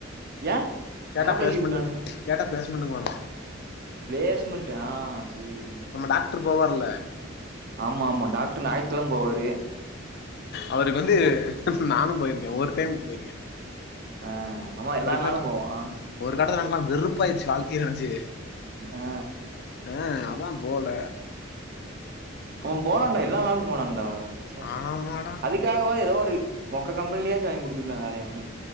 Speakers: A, on the right; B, on the left.
A: ஏ
B: கேட்டா
A: நமக்குள்ள
B: பேச
A: லீவ்
B: மாட்டாங்க
A: விட்டானுங்க
B: கேட்டா பேச மாட்டேங்கன் வாணுங்க
A: பிளேஸ்மெண்ட்டா ஆ செரி செரி
B: நம்ம டாக்டர் போவார்ல
A: ஆமா ஆமா டாக்டர் ஞாயித்துகிழம போவார்
B: அவருக்கு வந்து நானு போயிருக்கே ஒரு டைம் போயிருக்கே
A: ஆ ஆமா எல்லா
B: ஒரு காட்
A: நாளு போவா
B: ஒரு கட்டத்துல எனக்குல்லா வெறுப்பாயிடுச்சு வாழ்க்கைய நெனச்சு
A: ஆ
B: ஆ அதா போல
A: அவன் போனான்டா
B: ம்
A: எல்லா நாளு போனான்டா ச்ச
B: ஆமாடா
A: அதுக்காகவாது ஏதோ ஒரு மொக்க கம்பெனிலயாச்சு வாங்கி குடுத்துக்கலா வேலைய அவனுங்க